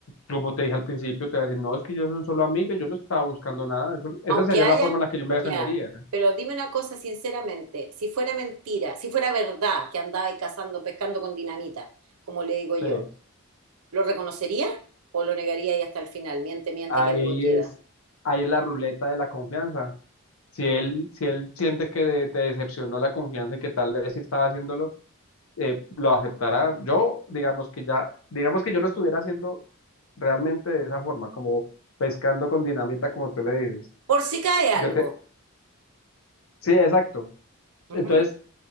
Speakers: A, on the left (about 70°); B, on the right (about 80°).
A: como te dije al principio, te voy a decir, no, es que yo soy un solo amigo, yo no estaba buscando nada. Eso- esa
B: Aunque
A: sería
B: haya,
A: la forma en la que yo me
B: ya.
A: defendería.
B: Pero dime una cosa sinceramente, si fuera mentira, si fuera verdad que andaba ahí cazando, pescando con dinamita, como le digo yo,
A: Sí.
B: ¿Lo reconocería o lo negaría y hasta el final? Miente, miente
A: Ahí
B: que algo queda.
A: es, ahí es la ruleta de la confianza. Si él, si él siente que de- te decepcionó la confianza y que tal vez sí estaba haciéndolo, eh, lo aceptará. Yo, digamos que ya, digamos que yo lo estuviera haciendo realmente de esa forma, como pescando con dinamita, como tú le dices.
B: Por si cae algo.
A: Yo te, sí, exacto.
B: Ujú.
A: Entonces,